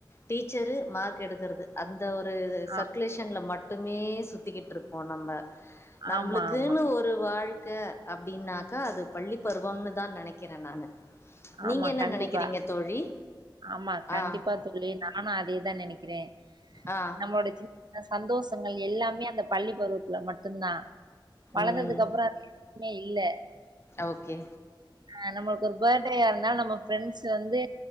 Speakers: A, on the left; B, on the right.
A: டீச்சரு மார்க் எடுக்குறது அந்த ஒரு
B: ஆ
A: சர்க்குலேஷன்ல மட்டுமே சுத்திக்கிட்ருப்போ நம்ம நம்ளுக்குனு
B: ஆமா ஆமா
A: ஒரு வாழ்க்க அப்டின்னாக்கா அது பள்ளி பருவம்னு தா நெனைக்கிறே நானு
B: ஆமா
A: நீங்க என்ன
B: கண்டிப்பா
A: நெனைக்கிறீங்க தோழி
B: ஆமா கண்டிப்பா
A: ஆ
B: தோழி நானு அதேதா நெனைக்கிறே
A: ஆ
B: நம்மளோட சின் ன சந்தோஷங்கள் எல்லாமே அந்த பள்ளி பருவத்துல மட்டுந்தா வளந்ததுக்கப்றோ
A: ம்
B: மே இல்ல
A: ஓகே
B: ஆ நம்மளுக்கு ஒரு பர்ட்டேயா இருந்தா நம்ம ஃப்ரெண்ட்ஸ் வந்து